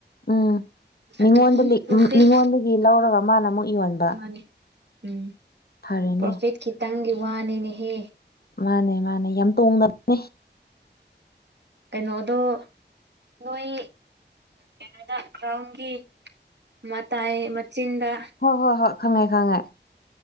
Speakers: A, on the left (about 55°); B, on the right (about 70°).
A: ꯎꯝ ꯃꯤꯉꯣꯟꯗ
B: ꯑꯗꯨꯝ
A: ꯂꯤꯛ-
B: ꯃꯛꯇꯠ
A: ꯃꯤꯉꯣꯟꯗꯒꯤ ꯂꯧꯔꯒ ꯃꯥꯅ ꯑꯃꯨꯛ ꯌꯣꯟꯕ
B: ꯅꯤ ꯎꯝ
A: ꯐꯔꯦꯅꯦ
B: ꯄ꯭ꯔꯣꯐꯤꯠ ꯈꯤꯇꯪꯒꯤ ꯋꯥꯅꯤꯅꯦꯍꯦ
A: ꯃꯥꯅꯦ ꯃꯥꯅꯦ ꯌꯥꯝ ꯇꯣꯡꯗꯕꯅꯦ
B: ꯀꯩꯅꯣꯗꯣ ꯅꯣꯏ ꯀꯩꯅꯣꯗ ꯒ꯭ꯔꯥꯎꯟꯒꯤ ꯃꯇꯥꯏ ꯃꯆꯤꯟꯗ
A: ꯍꯣꯏ ꯍꯣꯏ ꯍꯣꯏ ꯈꯪꯉꯦ ꯈꯪꯉꯦ